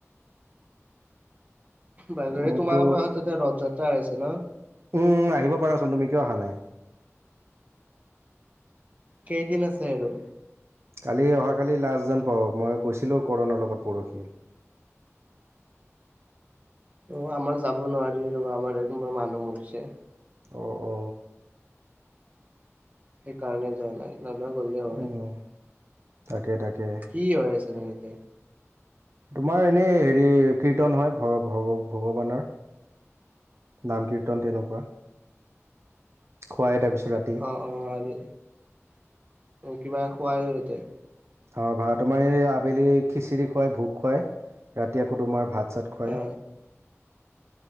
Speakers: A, on the right; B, on the right.
A: বাইদাৱে
B: মোৰতো
A: তোমাৰ হতৰ তাতে ৰথ যাত্ৰা হৈ আছে ন?
B: উম, উম্, আহিব পাৰা চোন তুমি, কিয় অহা নাই?
A: কেইদিন আছে আৰু?
B: কালি অহাকালি লাষ্টযেন পাওঁ! মই গৈছিলোঁ কৰণৰ লগত পৰহি।
A: অ', আমাৰ যাব নোৱাৰি ৰ'বা আমাৰ এই কোনোবা মানুহ মৰিছে।
B: অ অ।
A: সেইকাৰণে যোৱা নাই। নহলে গ'লো হয়।
B: উম তাকে, তাকে,
A: কি হৈ আছে নো ইয়াতে?
B: তোমাৰ এনেই হেৰি কীৰ্তন হয় ভ-ভ-ভগৱানৰ। নাম কীৰ্তন তেনেকুৱা। খোৱাই তাৰপিছত ৰাতি।
A: অ অ, ৰাতি কিবা খোৱাই ও তাতে?
B: অ', ভা তোমাৰ এই আবেলি খিচিৰি খুৱাই, ভোক খুৱাই ৰাতি আকৌ তোমাৰ ভাত চাত খুৱাই
A: অ।